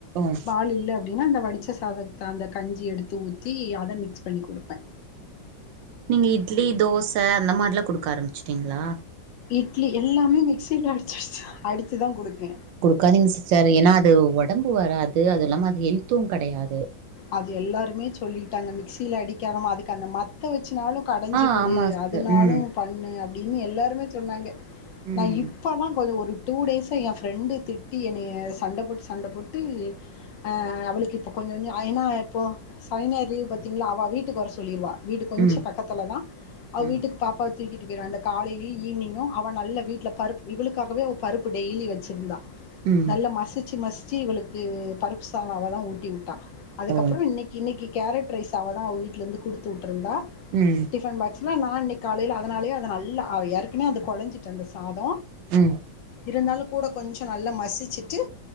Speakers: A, on the right; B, on the left.
A: ம்
B: பால் இல்ல அப் அப்டின்னா அந்த வடிச்ச சாதத்த அந்த கஞ்சி எடுத்து ஊத்தி அத மிக்ஸ் பண்ணி கொடுப்பே
A: நீங்க இட்லி தோச அந்த மாரிலா கொடுக்க ஆரம்பிச்சிட்டீங்களா
B: இட்லி எல்லாமே மிக்சில அடிச்ச அடிச்சுதா அடிச்சு தா கொடுக்கே
A: கரிங் சிஸ்டர் ஏனா அது ஒடம்பு வராது அது இல்லாம அது ஹெல்த்து கடயாது
B: அது எல்லாருமே சொல்லிட்டாங்க மிக்சியில அடிக்காலும் அதுக்கு அந்த மத்த வச்சுனாலு கடஞ்சி
A: ஆ
B: குடு
A: ஆமா சிஸ்டர்
B: அதுனாலு
A: ம்
B: பண்ணு அப்டின்னு எல்லாருமே சொன்னாங்க
A: ம்
B: நா இப் இப்பதா கொஞ்சோ ஒரு டூ டேஸா என் ஃப்ரெண்டு திட்டி என்னைய சண்ட போட்டு சண்ட போட்டு அ அவளுக்கு இப்போ கொஞ்சோ கொஞ்சோ ஏனா இப்போ சனி ஞாயிர் லீவு பாத்தீங்களா அவ வீட்டுக்கு வர சொல்லிடுவா வீடு கொஞ்சோ
A: ம்
B: பக்கத்லதா அவ
A: ஆ
B: வீட்டுக்கு பாப்பா தூக்கிட்டு போய்ருவா அந்த காலைலயு ஈவ்னிங்கு அவ நல்ல வீட்ல பருப்பு இவளுக்காகவே அவ பருப்பு டெய்லி வச்சிருந்தா
A: ம்
B: நல்லா மஸிச்சி மஸிச்சி இவளுக்கு பருப்பு சாத அவதா ஊட்டி விட்டா அதுக்கப்ற
A: ஓ
B: இன்னைக் இன்னைக்கி கேரட்ரைஸ் அவ தான் அவ வீட்லருந்து குடுத்து விட்ருந்தா
A: ம்
B: டிஃபன் பாக்ஸ்ல நா இன்னைக்கு காலைல அதனாலே அ நல்ல அவை இறக்கு ஏனா அது கொளஞ்சிட்டு அந்த சாத
A: ம்
B: இருந்தாலு கூட கொஞ்சோ நல்லா மசிச்சுட்டு